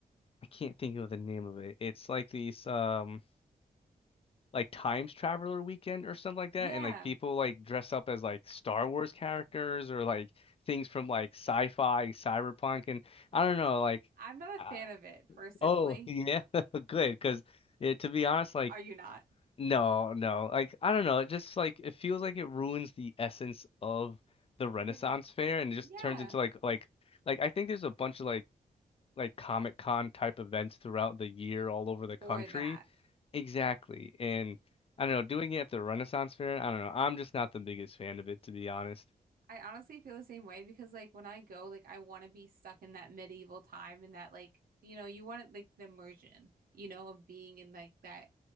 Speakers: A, on the left; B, on the right.
A: I can't think of the name of it. It's like these um like Times Traveler Weekend or something like that,
B: Yeah.
A: and like people like dress up as like Star Wars characters or like things from like sci-fi, cyberpunk, and I don't know, like,
B: I'm not a
A: uh,
B: fan of it personally.
A: oh <laughs> yeah, <laughs> good, because yeah, to be honest, like
B: Are you not?
A: no, no, like I don't know, it just like it feels like it ruins the essence of the Renaissance
B: Then,
A: Fair and it just
B: yeah,
A: turns into like like like I think there's a bunch of like like Comic Con type events throughout the year all over the country.
B: for that.
A: Exactly. And I don't know, doing it at the Renaissance Fair, I don't know. I'm just not the biggest fan of it, to be honest.
B: I honestly feel the same way because like when I go, like I want to be stuck in that medieval time and that like, you know, you want like the immersion, you know, of being in like that